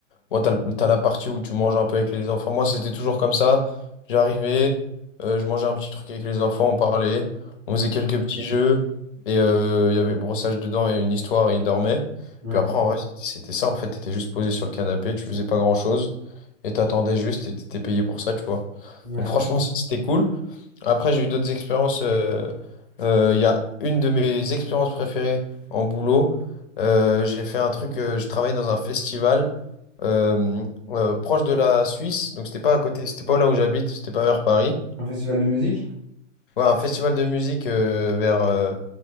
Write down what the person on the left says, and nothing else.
moi, t'as, le- t'as la partie où tu manges un peu avec les enfants. Moi, c'était toujours comme ça. J'arrivais, euh, je mangeais un petit truc avec les enfants, on parlait, on
faisait quelques petits jeux. Et euh, il y avait brossage dedans et une histoire et ils dormaient.
Puis après, en vrai, c'était c'était ça. En fait, t'étais juste posé sur le canapé, tu faisais pas grand-chose. Et t'attendais juste et t'étais payé pour ça, tu vois.
Donc, franchement, ça, c'était cool. Après, j'ai eu d'autres expériences. euh, euh, Il y a une de mes expériences préférées en boulot. euh, j'ai fait un truc, euh, je travaillais dans un festival euh, euh, proche de la Suisse. Donc, c'était pas à côté, c'était pas là où j'habite, c'était pas vers Paris.
Ouais, un festival de musique euh, vers, euh,